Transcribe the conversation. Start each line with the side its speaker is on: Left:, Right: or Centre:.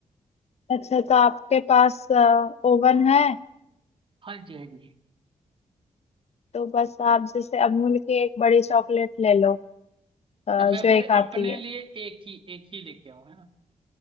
Left: अच्छा तो आपके पास ओवन है
Right: हाँ जी हाँ जी
Left: तो बस आप जैसे अमूल की एक बड़ी चॉकलेट ले लो अ,
Right: तो मैं
Left: जो एक
Right: फिर
Left: आती
Right: अपने
Left: है
Right: लिए एक ही एक ही लेके आऊं है ना